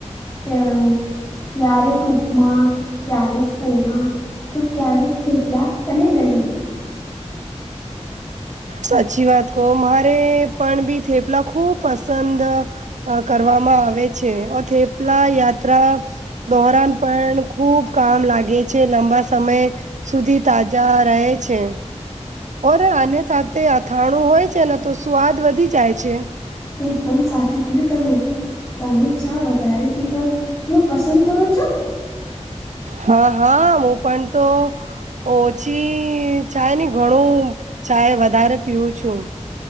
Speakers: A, on the left (about 20°); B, on the right (about 80°).
A: કે ક્યારેક ઉપમા ક્યારેક પોહ તો ક્યારેક થેપલા અને દહીં
B: સાચી વાત કહો મારે પણ બી થેપલા ખુબ પસંદ અ કરવામાં આવે છે થેપલા યાત્રા ધોરાણ પણ ખુબ કામ લાગે છે લંબા સમય સુધી તાજા રહે છે. ઓરે આની સાથે અથાણું હોય છે ને તો સ્વાદ વધી જાય છે.
A: એકદમ સાચું કું તમે તમે ચા વધારે પીવાનું પસંદ કરો છો.
B: હા હા હું પણ તો ઓછી ચાય ને ઘણું ચાય વધારે પીવું છું.